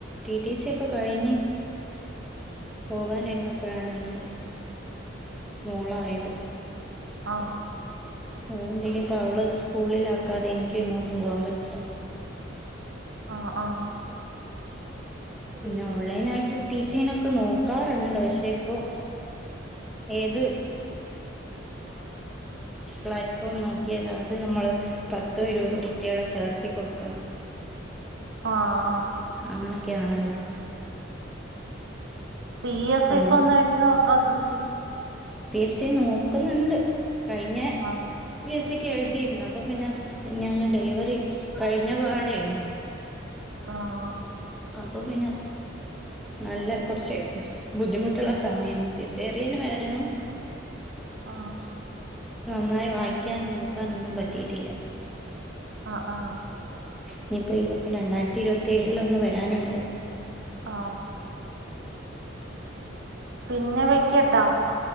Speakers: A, in the centre; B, on the right.
A: ടി ടി സി ഒക്കെ കഴിഞ്ഞ് പോകാനിരുന്നപ്പഴാണ് പിന്നെ മോളായത്
B: ആ
A: അതുകൊണ്ട് ഇനിപ്പോ അവളെ സ്കൂളിലാക്കാതെ എനിക്കും എങ്ങോട്ടും പോവാൻ പറ്റില്ല.
B: ആ ആ
A: പിന്നെ ഓൺലൈൻ ആയിട്ട് ടീച്ചിങ്ങിനൊക്കെ നോക്കാറുണ്ട് പക്ഷെ ഇപ്പൊ ഏത് പ്ലാറ്റ്ഫോം നോക്കിയാലാദ്യം നമ്മള് പത്തോ ഇരുപതോ കുട്ട്യോളെ ചേർത്തി കൊടുക്കണം.
B: ആഹ്
A: അങ്ങനൊക്കെയാണല്ലോ
B: പി എസ്സിക്കൊന്നെഴുതി
A: അതാണ്
B: നോക്കാത്തെന്ത്‌
A: പി എസ് സി നോക്കുന്നുണ്ട്. കഴിഞ്ഞ
B: ആഹ്
A: പി എസ് സി എഴുതീരുന്നു അപ്പ പിന്നെ ഞാന് ഡെലിവറി കഴിഞ്ഞ പാടേയാരുന്നു
B: ആഹ്
A: അപ്പ പിന്നെ നല്ല കൊറച്ച് ബുദ്ധിമുട്ടുള്ള സമയാരുന്നു സിസേറിയനും ആയിരുന്നു
B: ആ
A: ന്നായി വായിക്കാനും നോക്കാനൊന്നും പറ്റീട്ടില്ല
B: ആഹ് ആഹ്
A: ഇനിപ്പ ഈ രണ്ടായിരത്തി ഇരുപത്തി ഏഴിലൊന്ന് വരാന്ണ്ട്
B: ആ പിന്നെ വെക്കട്ടാ